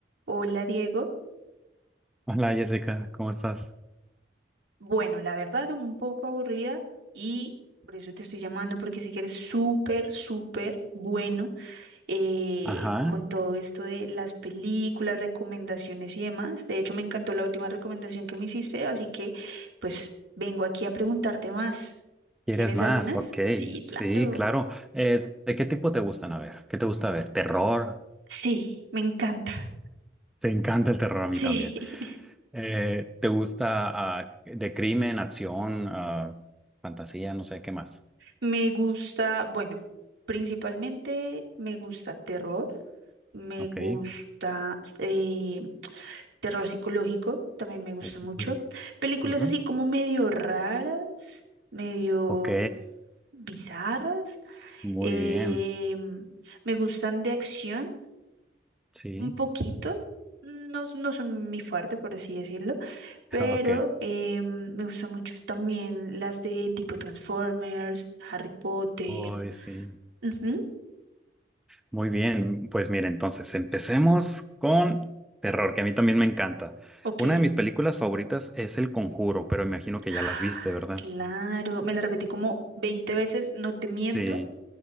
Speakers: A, on the right; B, in the centre.
A: Hola Diego.
B: Hola Jessica, ¿cómo estás?
A: Bueno, la verdad un poco aburrida y por eso te estoy llamando porque sí que eres súper, súper bueno eh,
B: Ajá,
A: con todo esto de las películas, recomendaciones y demás. De hecho, me encantó la última recomendación que me hiciste, así que pues vengo aquí a preguntarte más.
B: ¿quieres
A: ¿Tienes
B: más?
A: algunas?
B: Ok,
A: Sí,
B: sí,
A: claro.
B: claro. Eh, ¿de qué tipo te gustan? A ver, ¿qué te gusta ver? ¿Terror?
A: Sí, me encanta.
B: Te encanta el terror a mí
A: Sí,
B: también.
A: <laughs>
B: Eh, ¿te gusta ah, de crimen, acción, ah, fantasía, no sé qué más?
A: me gusta, bueno, principalmente me gusta terror. me
B: Ok.
A: gusta eh, terror psicológico, también me gusta
B: Uy,
A: mucho. Películas
B: ujú.
A: así como medio raras, medio
B: Ok,
A: bizarras.
B: muy
A: eh,
B: bien.
A: me gustan de acción
B: Sí,
A: un poquito. No, s- no son mi fuerte, por así decirlo, pero
B: <laughs> ok.
A: eh, me gustan mucho también las de tipo Transformers, Harry Potter.
B: Hoy sí.
A: Ujú,
B: Muy bien, pues mira, entonces empecemos con terror, que a mí también me encanta.
A: Ok.
B: Una de mis
A: <gasps>
B: películas favoritas es El Conjuro, pero imagino que
A: <sighs>
B: ya las viste, ¿verdad?
A: Claro, me la repetí como 20 veces, no te miento,
B: Sí,